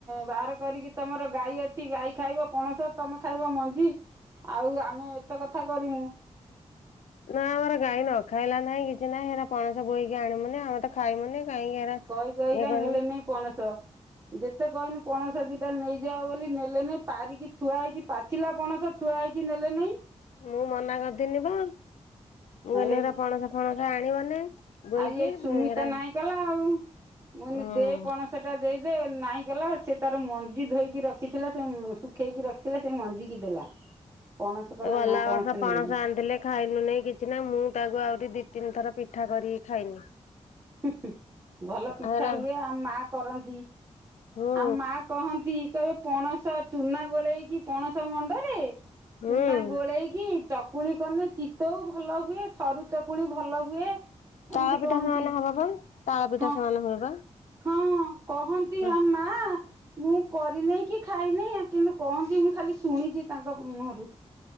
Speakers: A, on the right (about 25°); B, on the left (about 85°).
A: ବାହାର କରିକି ତମର ଗାଈ ଅ କିଛି ଗାଈ ଖାଇବ ପଣସ ତମେ ଖାଇବ ମଞ୍ଜି ଆଉ ଆମେ ଏତେ କଥା କରିମୁ।
B: ନା ଆମର ଗାଈ ନ ଖାଇଲା ନାହିଁ କିଛି ନାହିଁ ହେରା ପଣସ ବୋଇକି ଆଣିବୁନି ଆମେ ତ ଖାଇମୁନି। କାହିଁକି ହେରା
A: କହି କହିକା
B: ଇଏ କରିବୁ
A: ନେଲେ ନାଇ ପଣସ। ଯେତେ କହିହନୁ ପଣସ ଦିଟା ନେଇଯାଉ ବୋଲି ନେଲେ ନାଇ ପାରିକି ଥୁଆ ହେଇଛି ପାଚିଲା ପଣସ ଥୁଆ ହେଇଛି ନେଲେ ନେଇ।
B: ମୁଁ ମନା କରିଦିନି ବା। ମୁ କନି
A: ଏ
B: ହେରା ପଣସ ଫଣସ ଆଣିବନି। ବୋହିକି
A: ଆଉ ଇଏ ସୁମିତ
B: ହେରା
A: ନାହିଁ କଲା ଆଉ। ମୁଁ କନି
B: ହୁଁ
A: ଦେ ପଣସ ଟା। ଦେଇଦେ ନାଇଁ କଲା ସେ ତାର ମଞ୍ଜି ଧୋଇକି ରଖିଥିଲା ସେ ଶୁଖେଇକି ରଖିଥିଲା ସେ ମଞ୍ଜିିକି ଦେଲା। ପଣସ କଲା
B: ଭଲା
A: ନା
B: ବର୍ଷ
A: ନେବେନି
B: ପଣସ ଆଣିଥିଲେ ଖାଇନୁ ନାଇଁ କିଛି ନା ମୁଁ ତାକୁ ଆହୁରି ଦି ତିନି ଥର ପିଠା କରିକ ଖାଇନି।
A: ହୁଁ ହଁ ଭଲ ପିଠା
B: ହେରା
A: ହୁଏ ଆମ ମା କ କରନ୍ତି।
B: ହୁଁ
A: ଆଉ ମା କହନ୍ତି କହେ ପଣସ ଚୁନା ଗୋଳେଇକି ପଣସ ମଣ୍ଡରେ
B: ହୁଁ
A: ଚୁନା ଗୋଳେଇକି ଚକୁଳି କନେ ଚିତ ଭଲ ହୁଏ ସରୁ ଚକୁଳି ଭଲ ହୁଏ
B: ତାଳ
A: ଏମିତି
B: ପିଠା
A: କହନ୍ତି
B: ସମାନ ହବ ବା ତାଳ ପିଠା
A: ହଁ
B: ସମାନ ହୁଏ ବା।
A: ହଁ କହନ୍ତି
B: ହଁ
A: ଆମ୍ ମା। ମୁଁ କରିନେଇ କି ଖାଇନି କିନ୍ତୁ କହନ୍ତି? ମୁଁ ଖାଲି ଶୁଣିଛି ତାଙ୍କ ମୁହଁରୁ।